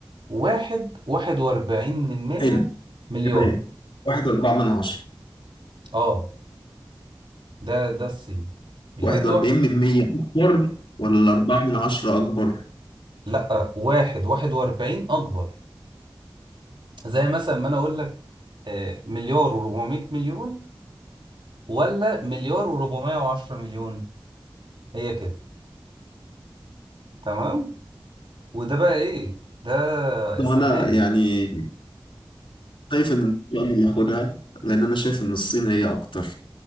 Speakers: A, on the right; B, on the left.
A: واحد واحد واربعين من مية
B: حلو
A: مليار
B: تمام واحد أربعة من عشرة
A: اه ده ده الصين الهند
B: 41
A: واحدة
B: من 100 أكبر ولا 4 من 10 أكبر؟
A: لا واحد واحد واربعين أكبر زي مثلا ما أنا أقول لك آه، مليار وربعمية مليون ولا مليار وربعمية وعشرة مليون هي كده تمام وده بقى إيه ده
B: طبعا
A: السنة
B: أنا
A: دي
B: يعني شايف إن النقطة أنا اللي هاخدها لأن أنا شايف إن الصين هي أكتر